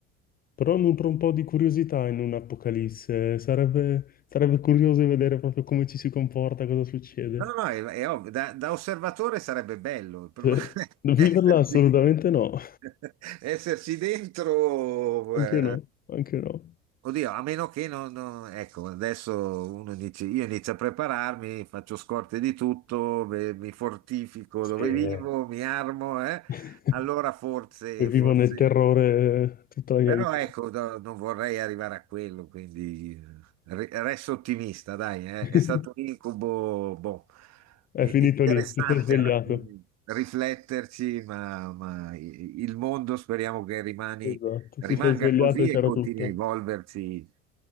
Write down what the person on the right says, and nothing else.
No, no, è, è ovvio, da, da osservatore sarebbe bello il pro-
<laughs> esserci,
<laughs> esserci dentro.
eh,
Oddio, a meno che non, non- Ecco, adesso uno dice, io inizio a prepararmi, faccio scorte di tutto, beh, mi fortifico
dove
vivo, mi armo, eh?
Allora forse,
forse...
Però
ecco, no- non vorrei arrivare a quello, quindi eh, re- resto ottimista, dai, eh.
È stato un incubo, boh,
i-
interessante
alla fine rifletterci, ma, ma i- il mondo speriamo che rimani-
rimanga
così
e continui
a evolversi